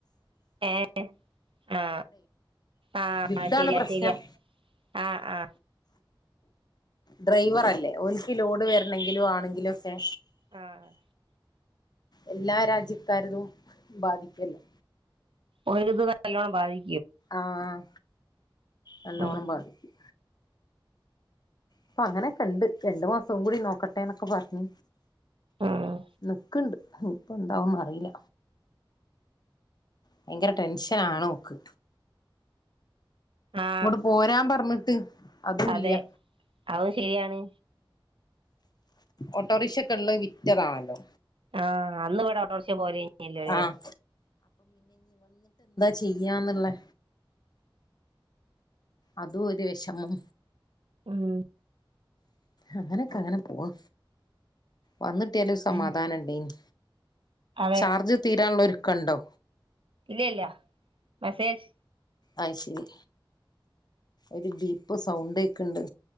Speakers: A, on the right; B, on the left.
A: ഏ ആ ആ
B: യുദ്ധാണ്
A: ശരിയാ
B: പ്രശ്നം
A: ശരിയാ ആ ആ
B: ഡ്രൈവറല്ലേ ഒല്ക്ക് ലോഡ് വരണെങ്കിലും ആണെങ്കിലും ഒക്കെ
A: ആഹ്
B: എല്ലാ രാജ്യക്കാര്തും ബാധിക്കല്ലേ
A: ഓരത് നല്ലോണം ബാധി
B: ആഹ് നല്ലോണം
A: ഉം
B: ബാധിക്കും അപ്പ അങ്ങനൊക്കെണ്ട് രണ്ടു മാസം കൂടി നോക്കട്ടെ എന്നൊക്കെ പറഞ്ഞു
A: ഉം
B: നിക്ക്ണ്ട് ഇപ്പന്താവും അറീല ഭയങ്കര ടെൻഷനാണോക്ക്
A: ആഹ്
B: ഇങ്ങോട്ട് പോരാൻ പറഞ്ഞിട്ട് അതൂല്ല്യ
A: അതെ അതും ശരിയാണ്
B: ഓട്ടോറിക്ഷക്കെള്ളത് വിറ്റതാണല്ലോ
A: ആഹ് അന്നിവിടെ ഓട്ടോറിക്ഷ പോവലേയ്ഞ്ഞല്ലൊലേ
B: ആഹ് ചെയ്യാന്ന്ള്ളേ അതു ഒരു വെഷമം
A: മ്മ്
B: അങ്ങനെക്കെ അങ്ങനെ പോണു വന്നിട്ടിയാല് ഒരു സമാധാനമുണ്ടായിനി
A: ഉം അതെ
B: ചാർജ് തീരാള്ളൊരു കണ്ടോ
A: ഇല്ലല്ല മെസേജ്
B: അയ് ശെരി ഒരു ഡീപ്പ് സൗണ്ട് കേക്കണ്ട്